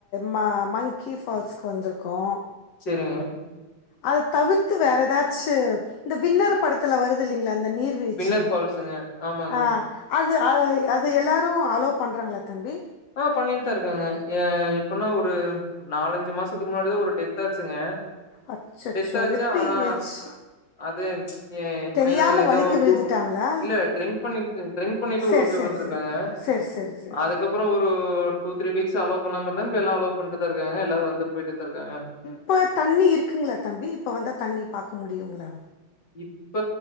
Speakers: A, on the left; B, on the left.
A: ம மங்க்கி ஃபால்ஸ்க்கு வந்துருக்கோ
B: செரிங்க
A: அத தவிர்த்து வேற ஏதாச்சு இந்த வின்னரு படத்துல வருதில்லிங்ளா அந்த நீர் வீழ்ச்சி
B: பின்னர் ஃபால்ஸுங்க. ஆமாங்க.
A: அ அது அது எல்லாரு அலோ பண்றாங்ளா தம்பி
B: ஆ பண்ணிட்தா இருக்காங்க ஏ எப்பனா ஒரு நாலஞ்சு மாசத்துக்கு முன்னாடிதா ஒரு டெத்தாச்சுங்க
A: அச்சச்சோ
B: டெத்தாச்சு
A: எப்டி
B: ஆனா
A: ஆச்சு
B: அது ஏ இப்டி
A: தெரியாம
B: நா ஏதோ
A: வலிக்கி விழுந்துட்டாங்களா
B: இல்ல ட்ரிங்க் பண்ணி ட்ரி்ங் பண்ணிட்டு
A: சேரி
B: உள்ள போய்
A: சேரி
B: விழுந்துருக்காங்க
A: சேரி சேரி சேரி சேரி
B: அதுக்கப் பறோ ஒரு டூ த்ரீ வீக்ஸ் அலோ பண்ணாம இருந்தாங் இப்ப எல்லா அலோவ் பண்ட்டுதா இருக்காங்க எல்லாரு வந்துட் போயிட்டு தா இருக்காங்க
A: இப்போ தண்ணி இருக்குங்குளா தம்பி இப்போ வந்தா தண்ணி பாக்க முடியுங்ளா
B: இப்ப